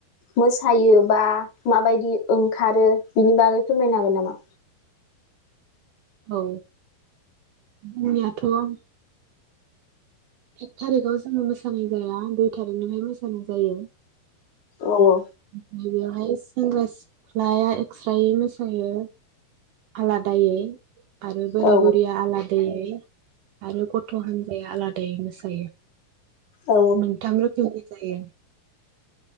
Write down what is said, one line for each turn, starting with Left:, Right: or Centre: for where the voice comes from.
Left: मोसायो बा माबायदि ओंखारो बिनि बागै फोरमायनो हागोन नामा?
Right: औ जोंनियाथ' एक थारिकाव जोंङो मोसानाय जाया दुइ थारिखनिफ्राय मोसानाय जायो।
Left: औ औ।
Right: ओमफ्राय बेवहाय सेंग्रा सिख्लाया एक्स्रायै मोसायो आलादायै। आरो बोराय
Left: औ
Right: बुरिया आलादै आरो गथ गथ' हानजाया आलाद मोसायो।
Left: औ
Right: मोनथाम रोखोमनि जायो।